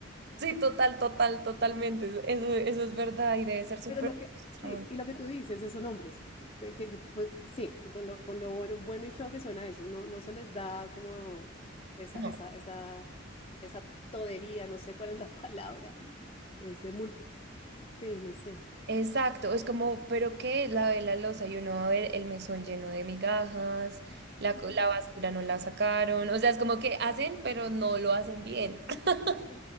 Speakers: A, on the right; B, on the left.
A: sí, total, total, totalmente. Eso, eso es verdad y debe ser súper
B: Pero lo que,
A: frustrante.
B: sí, y lo que tú dices, esos nombres, eh, que, que, pues sí, con lo, con lo bueno, bueno y feo que suena eso, no, no se les da como esa,
A: No.
B: esa, esa, esa todería, no sé cuál es la palabra, ese multi, sí, no sé.
A: Exacto, es como, pero que lavé la loza y uno va a ver el mesón lleno de migajas, la,
B: Ujú,
A: co- la basura no la sacaron, o sea, es como que hacen, pero no lo hacen bien. <laughs>
B: sí,